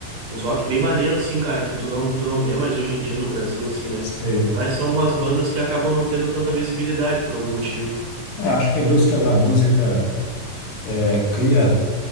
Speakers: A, on the right; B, on the left.
A: uns rock bem maneiro assim, cara, que tu não, tu não vê mais hoje em dia no Brasil assim, né?
B: Você...
A: Mas são umas bandas que acabam não tendo tanta visibilidade por algum motivo.
B: É, acho que a indústria da música é, cria